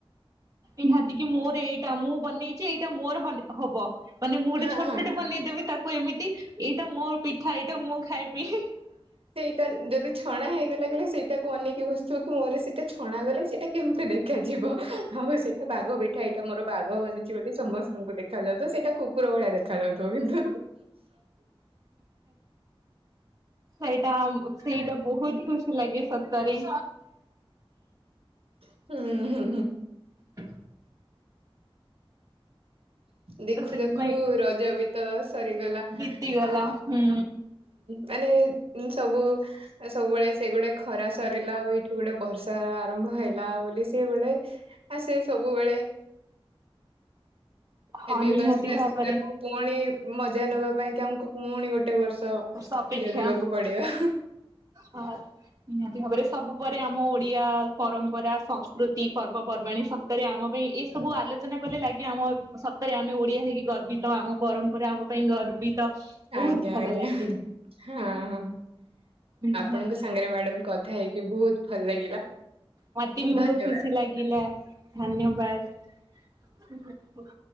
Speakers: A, on the right; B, on the right.
A: ନିହାତି କି ମୋର ଏଇଟା ମୁଁ ବନେଇଛି ଏଇଟା ମୋର ହବ ମାନେ ମୁଁ ଗୋଟେ
B: ହଁ
A: ଛୋଟ
B: ହଁ
A: ବନେଇଦେବି ତାକୁ ଏମିତି ଏଇଟା ମୋର ପିଠା ଏଇଟା ମୁଁ ଖାଇବି।
B: ସେଟା ଯଦି ଛଣା ହେଇଗଲା ଗଲେ ସେଇଟାକୁ ଅନେଇକି ବସିଥିବ କି ମୋର ସେଟା ଛଣା ଗଲେ ସେଇଟା କେମିତି ଦେଖ। ଦେଖାଯିବ ଆଉ ସେଇଟା ବାଘ ପିଠା ଏଇଟା ମୋର ବାଘ ବନିଛି ବୋଲି ସମସ୍ତଙ୍କୁ ଦେଖାଯାଉଥିବ ତ ସେଇଟାକୁ କୁକୁର ଭଳିଆ ଦେଖା ଯାଉଥିବ କିନ୍ତୁ
A: ସେଇଟା ସେଇଟା ବହୁତ ଖୁସି ଲାଗେ। ସତରେ
B: ହୁଁ ହୁଁ ହୁଁ।
A: ହ
B: ଦେଖୁ
A: ତ ସେଥିପାଇଁ
B: ଦେଖୁ ରଜ ବି ତ ସରିଗଲା
A: ବିତିଗଲା
B: ଆ
A: ହୁଁ
B: ମାନେ ସବୁ ସବୁବେଳେ ସେ ଗୋଟେ ଖରା ସରିଲା ଆଉ ଏଇଠୁ ଗୋଟେ ବର୍ଷା ଆରମ୍ଭ ହେଲା ବୋଲି ସିଏ ଗୋଟେ ସେ ସବୁବେଳେ
A: ହଁ
B: ଏ ବେ
A: ନିହାତି
B: ବସରେ ଆସି
A: ଭାବରେ।
B: ସେଟାକୁ ପୁଣି ମଜା ନବା ପାଇଁ କି ଆମକୁ ପୁଣି ଗୋଟେ ବର୍ଷ
A: ସପେକ୍ଷା
B: ଜଗିବାକୁ ପଡିବ।
A: ହଁ ନିହାତି ଭାବରେ ସବୁ ପରେ ଆମ ଓଡିଆ ପରମ୍ପରା ସଂସ୍କୃତି ପର୍ବପର୍ବାଣୀ ସତରେ ଆମ ପାଇଁ ଏ ସବୁ ଆଲୋଚନା କଲେ ଲାଗେ ଆମ ସତରେ ଆମେ ଓଡିଆ ହେଇକି ଗର୍ବିତ ଆମ ପରମ୍ପରା ଆମ ପାଇଁ ଗର୍ବିତ ବହୁତ
B: ଆଜ୍ଞା
A: ଭଲ
B: ଆଜ୍ଞା
A: ଲାଗେ।
B: ହଁ
A: ନିହାତି
B: ଆପଣଙ୍କ ସାଙ୍ଗରେ ମ୍ୟାଡାମ କଥା ହେଇକି ବହୁତ ଭଲ ଲାଗିଲା।
A: ମତେ ବି
B: ଧନ୍ୟବାଦ
A: ବହୁତ ଖୁସି ଲାଗିଲା ଧନ୍ୟବାଦ।